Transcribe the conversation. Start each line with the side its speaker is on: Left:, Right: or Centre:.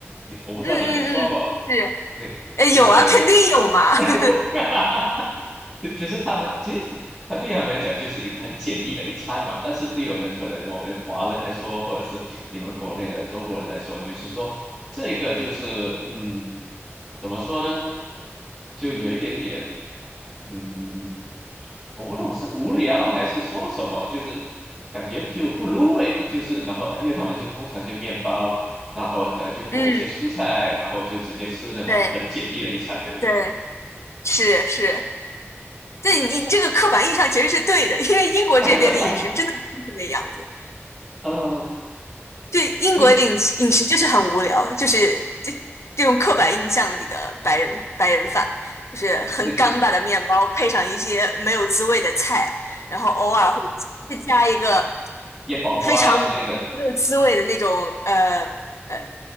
Centre: 你我不知道你们刷过，
Left: 嗯嗯嗯，是，
Centre: 对，
Left: 呃，
Centre: 就是
Left: 有啊，肯定有嘛。<laughs>
Centre: <laughs> 就就是他们其实他对他们来讲就是一个很简易的一餐嘛，但是对我们可能我们华人来说，或者是你们国内的中国人来说，就是说这个就是嗯，怎么说呢，就有一点点嗯，我不懂是无聊还是说什么，就是感觉就不入味，就是然后因为他们就通常就面包，然后可能就裹一些蔬菜，
Left: 嗯，
Centre: 然后就直接吃的嘛，
Left: 对
Centre: 很简易的一餐，对不对？
Left: 对，是是，对你你这个刻板印象其实是对的，因为英国这边的饮食真的就是那样子。
Centre: <laughs> 真的，呃，
Left: 对，英国饮食饮食就是很无聊，
Centre: 对对
Left: 就是这这种刻板印象里的白人白人饭，就是很干巴的面包，
Centre: 对对对，
Left: 配上一些没有滋味的菜，然后偶尔会会加一个
Centre: 腌黄瓜之类的。
Left: 非常没有滋味的那种呃呃